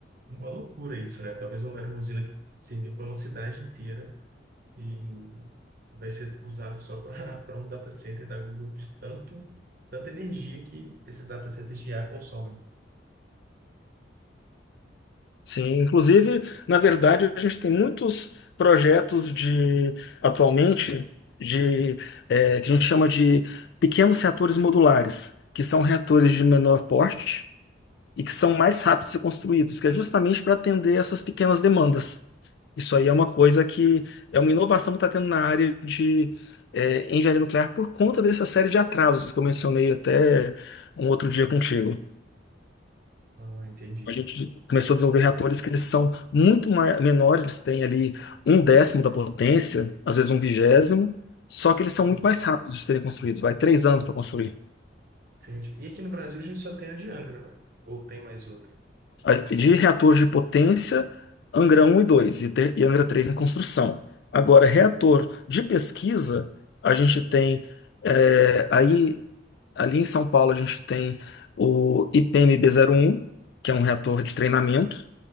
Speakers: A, on the right (about 50°); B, on the left (about 60°).
A: uma loucura isso, né? Talvez não era uma usina que servir para uma cidade inteira e vai ser usada só para <laughs> para um data center da Google de tanto, tanta energia que esses data centers de IA consomem.
B: Sim, inclusive, na verdade, a gente tem muitos projetos de atualmente de eh, que a gente chama de pequenos reatores modulares, que são reatores de menor porte e que são mais rápidos de ser construídos, que é justamente para atender essas pequenas demandas. Isso aí é uma coisa que é uma inovação que está tendo na área de eh, engenharia nuclear por conta dessa série de atrasos que eu mencionei até um outro dia contigo.
A: Ah, entendi.
B: A gente começou a desenvolver reatores que eles são muito ma- menores, eles têm ali um décimo da potência, às vezes um vigésimo, só que eles são
A: Uhum,
B: muito mais rápidos de serem construídos, vai três anos para construir.
A: entendi. E aqui no Brasil a gente só tem a de Angra, né? Ou tem mais outra?
B: a- de reatores de potência, Angra um e dois e, te- e Angra 3 em construção. Agora, reator de pesquisa, a gente tem, é, aí, ali em São Paulo, a gente tem o ipmb um que é um reator de treinamento.